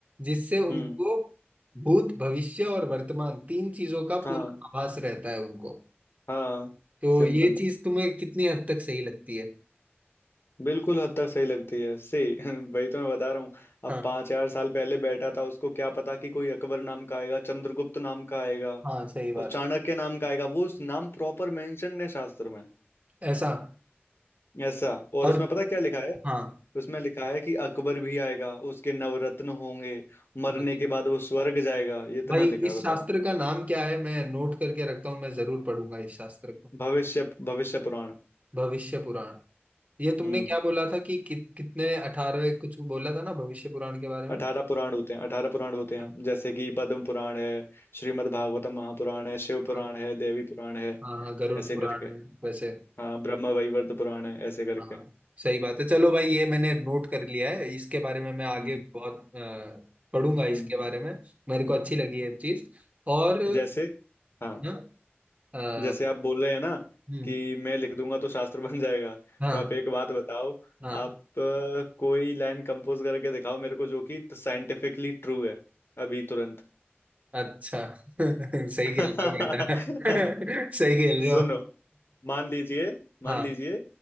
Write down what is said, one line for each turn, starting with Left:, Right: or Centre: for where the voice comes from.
Right: जिससे उनको
Left: हम्म
Right: भूत भविष्य और वर्तमान तीन चीजों का
Left: हाँ
Right: पूरा आभास रहता है उनको
Left: हाँ
Right: तो
Left: सिंपल
Right: ये चीज तुम्हें कितनी हद तक सही लगती है
Left: बिल्कुल हद तक सही लगती है से <laughs> वही तो मैं बता रहा हूँ अब
Right: हाँ
Left: पाँच चार साल पहले बैठा था उसको क्या पता कि कोई अकबर नाम का आएगा चंद्रगुप्त नाम का आएगा
Right: हाँ सही बात
Left: और चाणक्य नाम का आएगा वो उस नाम प्रॉपर मेंशन है शास्त्र में
Right: ऐसा
Left: ऐसा और
Right: और
Left: उसमें पता क्या लिखा है
Right: हाँ
Left: उसमें लिखा है कि अकबर भी आएगा उसके नवरत्न होंगे मरने
Right: अच्छा
Left: के बाद वो स्वर्ग जाएगा ये इतना
Right: भाई
Left: लिखा
Right: इस
Left: है बताओ
Right: शास्त्र का नाम क्या है मैं नोट करके रखता हूँ मैं जरूर पढ़ूंगा इस शास्त्र को
Left: भविष्य भविष्य पुराण
Right: भविष्य पुराण ये तुमने
Left: हम्म
Right: क्या बोला था कि, कि कितने अठारहवें कुछ बोला था ना भविष्य पुराण के बारे में
Left: अठारह पुराण होते हैं अठारह पुराण होते हैं
Right: हाँ
Left: जैसे कि पद्म पुराण है श्रीमद् भागवतम महापुराण है शिव पुराण
Right: हाँ
Left: है देवी पुराण है
Right: हाँ गरुड़
Left: ऐसे
Right: पुराण
Left: करके
Right: है वैसे
Left: हाँ ब्रह्म वैवर्त पुराण है ऐसे करके
Right: हाँ हाँ, सही बात है चलो भाई ये मैंने नोट कर लिया है इसके बारे में मैं आगे
Left: हम्म
Right: बहुत अ, पढ़ूंगा इसके
Left: हम्म
Right: बारे में मेरे
Left: हम्म।
Right: को अच्छी लगी ये चीज और
Left: जैसे हाँ
Right: हाँ अ,
Left: जैसे आप बोल रहे हैं ना
Right: हम्म,
Left: कि मैं लिख दूंगा तो शास्त्र <laughs> बन जाएगा
Right: हाँ
Left: तो आप एक बात बताओ
Right: हाँ
Left: आप अ, कोई लाइन कंपोज करके दिखाओ मेरे को जो कि साइंटिफिकली ट्रू है अभी तुरंत
Right: अच्छा <laughs> सही
Left: <laughs>
Right: खेल रहे हो बेटा <laughs> सही खेल रहे
Left: सुनो
Right: हो
Left: मान लीजिए मान
Right: <laughs> हाँ
Left: लीजिए